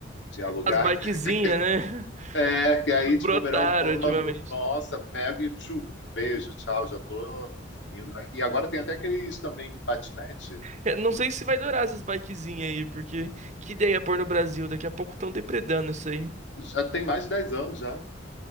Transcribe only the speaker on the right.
As bikezinhas, né?
<laughs> Brotaram
ultimamente.
É, Não sei se vai durar essas bikezinhas aí, porque que ideia pôr no Brasil? Daqui a pouco estão depredando isso aí.